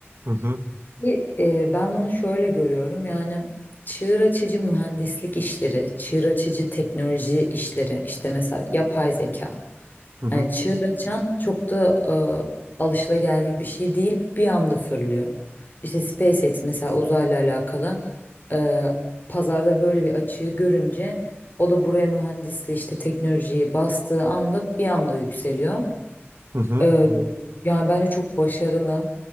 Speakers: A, on the right; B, on the left.
A: hı hı
B: Ki, e, ben bunu şöyle görüyorum yani çığır açıcı mühendislik işleri, çığır açıcı teknoloji işleri işte mesela yapay zeka.
A: hı
B: Hani çığır açan çok da e, alışılageldik bir şey değil bir anda fırlıyor. İşte SpaceX mesela uzayla alakalı e, pazarda böyle bir açığı görünce o da buraya mühendisliği işte teknolojiyi bastığı anda bir anda yükseliyor.
A: hı hı
B: Ee,
A: hı
B: yani bence çok başarılı.